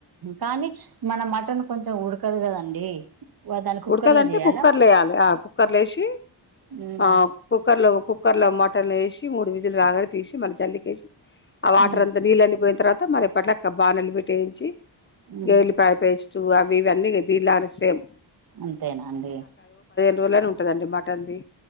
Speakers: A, on the right; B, on the left.
A: కానీ మన మటన్ కొంచెం ఉడకదు కదండి దాన్ని కుక్కర్
B: ఉడకదంటే
A: లో చేయాలా
B: కుక్కర్లో వేయాలి ఆ కుక్కర్లు వేసి
A: ఉమ్
B: ఆ కుక్కర్ లో కుక్కర్ లో మటన్ వేసి మూడు విజులు రాగానే తీసి మళ్ళ జల్లికేసి ఆ వాటర్
A: ఉమ్
B: అంతా నీళ్ళు అన్ని పోయిన తర్వాత మరి పట్లక్క బానలు పెట్టేయించి
A: ఉమ్
B: గేల్లిపాయపేస్ చూ అవి ఇవ్వన్నీ దీనిలానే సేమ్
A: అంతేనా అండి
B: రోలనే ఉంటదండి మటన్ ది